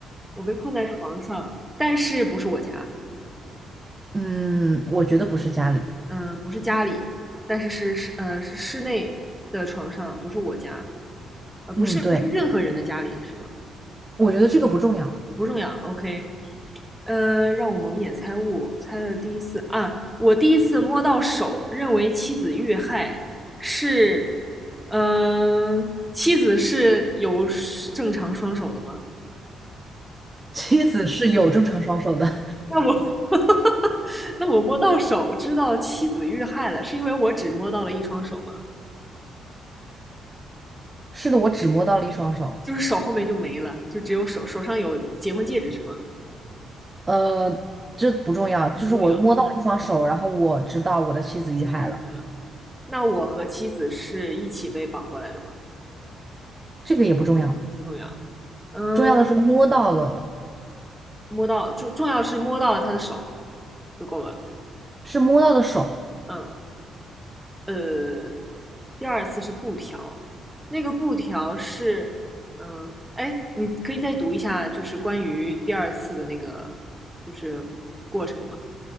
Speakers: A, in the centre; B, on the right (about 20°).
A: 我被困在床上，但是不是我家，
B: 嗯，我觉得不是家里。
A: 嗯，不是家里，但是是是呃是室内的床上，不是我家，呃不是不是任何人的家里是吗？
B: 嗯，对，我觉得这个不重要。
A: 不重要，OK。呃，让我蒙眼猜物，猜了第一次啊，我第一次摸到手，认为妻子遇害，是，嗯、呃妻子是有正常双手的吗？
B: 妻子是有正常双手的。
A: 那我 <laughs> 那我摸到手，知道妻子遇害了，是因为我只摸到了一双手吗？
B: 是的，我只摸到了一双手。
A: 就是手后面就没了，就只有手，手上有结婚戒指是吗？
B: 呃，这不重要，就是我摸到了一双手，
A: 不重要，
B: 然后我知道我的妻子遇害了，
A: 妻子遇害了。那我和妻子是一起被绑过来的吗？
B: 这个也不重要。
A: 不重要。嗯、
B: 重要的是摸到了，
A: 摸到重重要是摸到了他的手就够了。
B: 是摸到的手。
A: 嗯，呃，第二次是布条，那个布条是，嗯，哎，你可以再读一下，就是关于第二次的那个就是过程吗？